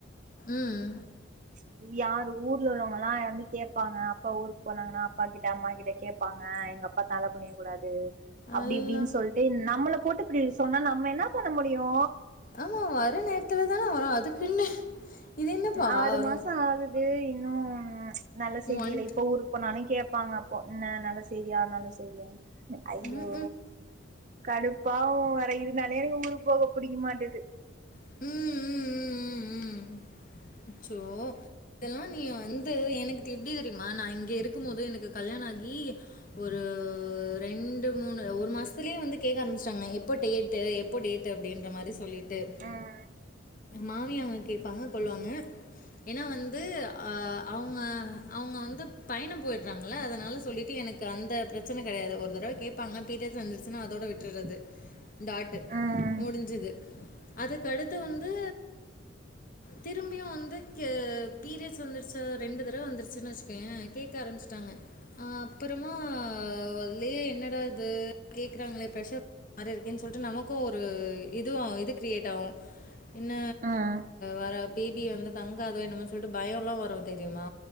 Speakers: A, on the left (about 40°); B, on the right (about 40°).
A: ம்.
B: <inaudible> யாரு ஊர்ல உள்ளவங்கல்லா வந்து கேட்பாங்க அப்பா ஊருக்கு போனாங்கன்னா அப்பா கிட்ட அம்மா கிட்ட கேட்பாங்க எங்க அப் பத்தனால புண்ணியக்க கூடாது அப்டி
A: அல்லா!
B: இப்டின்னு சொல்லிட்டு நம்மள போட்டு இப்டி சொன்னா நம்ம என்ன பண்ண முடியு
A: ஆமா வர நேரத்துல தான வரு அதுக்குன்னு இது என்னப்பா
B: ஆறு
A: வரும்
B: மாச ஆகுது இன்னு நல்ல செய்தி
A: ஒன்
B: இல்லை இப்ப ஊருக்கு போனாலு கேட்பாங்க அப்போ என்ன நல்ல செய்தியா நல்ல செய்தியான்னு ஐயோ
A: ம்,
B: கடுப்பாகு வேற இதுனாலயே எனக்கு ஊருக்கு போக பிடிக்க மாட்டது
A: ம் ம் ம், ம். அச்சோ இதெல்லா நீ வந்து எனக்கு எப்டி தெரியுமா நா இங்க இருக்கும் போது எனக்கு கல்யாண ஆகி ஒரு ரெண்டு மூணு ஒரு மாசத்துலயே வந்து கேட்க ஆரம்பச்சிடாங்க எப்போ டேட் எப்போ டேட் அப்டின்ற மாதிரி சொல்லிட்டு
B: ம்
A: மாமிய அங்க கேட்பாங்க கொல்லுவாங்க ஏன்னா வந்து அவங்க அவங்க வந்து பயண போய்டுறாங்கள அதனால சொல்லிட்டு எனக்கு எனக்கு அந்த பிரச்சன கிடையாது ஒரு தடவ கேட்பாங்க பீரியட்ஸ் வந்துச்சன்னா அதோட விட்டுறது
B: <inaudible>
A: டாட்டு
B: ம்
A: முடிஞ்சுது அதுக்கடுத்து வந்து திரும்பியு வந்து பீரியட்ஸ் வந்துருச்சா ரெண்டு தடவ வந்துருச்சுன்னு வச்சுக்கோய கேட்க ஆரம்பிச்சுட்டாங்க அப்பறமா அலயே என்னடா இது கேக்குறாங்களே பிரசர் மாதிரி இருக்கேன்னு சொல்லிட்டு நமக்கும் ஒரு இதுவும் இது கிரியேட் ஆகும் என்ன
B: ம்
A: வர பிபி வந்து தங்காதோ என்னமன்னு சொல்லிட்டு பய எல்லாம் வரும் தெரியுமா